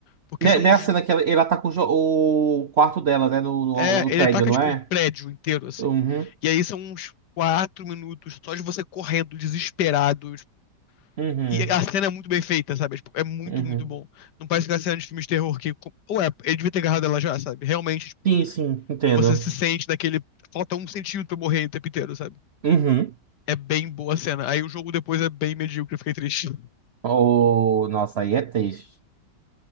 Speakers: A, on the left (about 75°); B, on the right (about 65°).
A: porque
B: Né,
A: são
B: né
A: uns.
B: a cena que ela, ela tá com o, jo- o quarto dela, né? No, no,
A: É,
B: no
A: ele
B: prédio,
A: ataca,
B: não
A: tipo,
B: é?
A: o prédio inteiro, assim.
B: Uhum.
A: E aí são uns quatro minutos só de você correndo, desesperado. tipo,
B: Uhum,
A: E a cena é muito bem feita, sabe? É, Tipo, é muito,
B: uhum.
A: muito bom. Não parece que é cena de filmes de terror que. Ou é, ele devia ter agarrado ela já, sabe? Realmente, tipo,
B: Sim, sim, entendo.
A: você se sente naquele. Falta um centímetro pra eu morrer o tempo inteiro, sabe?
B: Uhum.
A: É bem boa a cena. Aí o jogo depois é bem medíocre, eu fiquei triste.
B: Oh, nossa, aí é triste.